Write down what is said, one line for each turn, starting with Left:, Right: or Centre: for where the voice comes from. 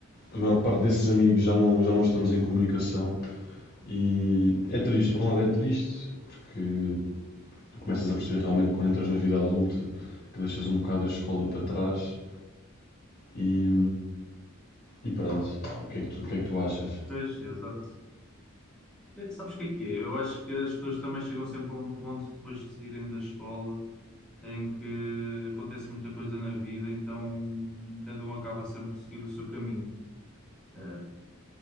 Left: a maior parte desses amigos já não, já não estamos em comunicação e é triste, por um lado é triste, porque começas a perceber realmente quando entras na vida adulta que deixas um bocado a escola para trás e, e pronto, o que, é que tu, o que é que tu achas?
Centre: Pois, exato. Eh, eh, sabes o que é que é? Eu acho que as pessoas também chegam sempre a um ponto depois de saírem da escola em que acontece muita coisa na vida, então cada um acaba sempre por seguir o seu caminho. Eh,